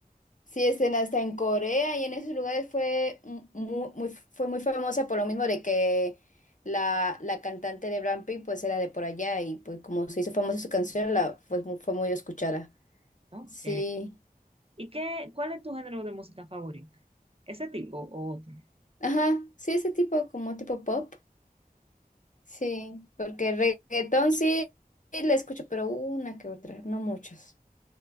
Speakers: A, on the left (about 55°); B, on the right (about 40°).
A: sí, este, hasta en Corea y en esos lugares fue mu- mu- muy, fue muy famosa por lo mismo de que la, la cantante de Blackpink pues era de por allá y pues como se hizo famosa su canción, la, fue, mu- fue muy escuchada.
B: Ok.
A: Sí,
B: ¿Y qué, cuál es tu género de música favorita? ¿Ese tipo o otro?
A: ajá, sí, ese tipo, como tipo pop. Sí, porque reggaetón sí, le escucho, pero una que otra, no muchos.